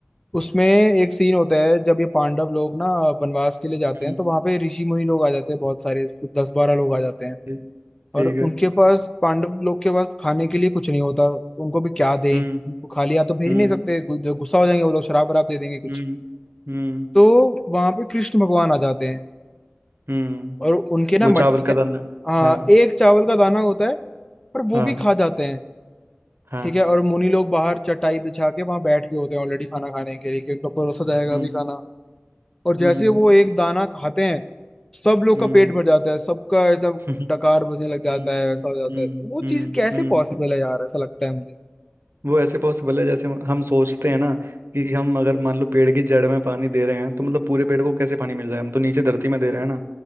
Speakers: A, on the left; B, on the right.
A: उसमें एक सीन होता है जब ये पांडव लोग ना वनवास के लिए जाते
B: हम्म
A: हैं तो वहां पे ऋषि मुनि लोग आ जाते हैं बहुत सारे दस बारह लोग आ जाते हैं
B: ठीक
A: और
B: ठीक है
A: उनके पास पांडव लोग के पास खाने के लिए कुछ नहीं होता उनको भी क्या दें
B: हम्म
A: उनको खाली हाथ तो भेज
B: हम्म
A: नहीं सकते गु- गुस्सा हो जाएंगे वो लोग शराब वराब दे देंगे कुछ
B: हम्म हम्म
A: तो वहां पे कृष्ण भगवान आ जाते हैं
B: हम्म
A: और उनके ना
B: वो
A: मटकी
B: चावल का
A: का
B: दाना
A: हाँ
B: हाँ
A: एक चावल का दाना होता है पर वो
B: हाँ
A: भी खा जाते हैं
B: हाँ
A: ठीक है और मुनि लोग बाहर चटाई बिछा के वहां बैठ गए होते हैं ऑलरेडी खाना खाने के लिए कि उनको परोसा जाएगा
B: हम्म
A: अभी खाना और जैसे
B: हम्म
A: ही वो एक दाना खाते हैं सब लोग
B: हम्म
A: का पेट भर जाता है सबका एकदम
B: <laughs>
A: डकार बजने
B: हम्म
A: लग जाता है ऐसा हो जाता
B: हम्म
A: है तो वो
B: हम्म
A: चीज कैसे
B: हम्म।
A: पॉसिबल है यार ऐसा लगता है मुझे
B: वो ऐसे पॉसिबल है जैसे हम सोचते हैं ना कि हम अगर मान लो पेड़ की जड़ में पानी दे रहे हैं तो मतलब पूरे पेड़ को कैसे पानी मिल रहा है हम तो नीचे धरती में दे रहे हैं ना